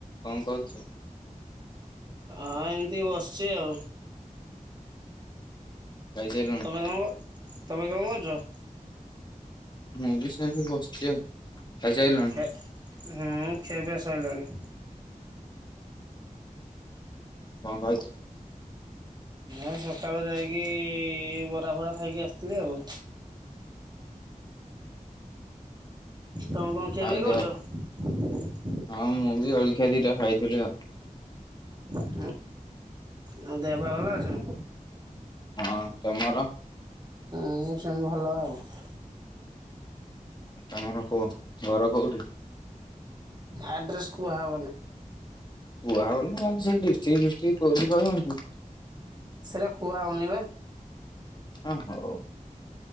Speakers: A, on the left (about 30°); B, on the right (about 30°).
A: କଣ କରୁଛୁ?
B: ହଁ ଏମିତି ବସିଛି ଆଉ
A: ଖାଇସାରିଲଣି
B: ତମେ କଣ ତମେ କଣ କରୁଚ?
A: ମୁଁ ବି ସେମିତି ବସିଛି ଆଉ ଖାଇସାରିଲଣି
B: ଖେ ହିଁ ଖିଆ ପିଆ ଶୋଇଲାଣି।
A: କଣ ଖାଇଚ?
B: ଆ ସକାଳୁ ଯାଇକି ବରା ଫରା ଖାଇକି ଆସିଥିଲି ଆଉ ତମେ କଣ ଖିଆ
A: ଆଉ
B: ପିଆ କରିଚ।
A: ଦେହ ହଁ ମୁଁ ବି ଅଳଖିଆ ଦିଟା ଖାଇଥିଲି ଆଉ
B: ଓ ହୋ ଦେହ ପା ଭଲ ଅଛି ନା।
A: ହଁ ତମର
B: ହୁଁ ସେମତି ଭଲ ଆଉ।
A: ତମର କୋଉ ଘର କୋଉଠି?
B: ଆଡ୍ରେସ୍ କୁହା ହବନି।
A: କୁହା ହବନି ନା ସେ ଡିଷ୍ଟିକ୍ ଫିଷ୍ଟିକ କଉଠି କହିବନି।
B: ସେଟା କୁହାହଉନି ବା।
A: ଓ ହଉ।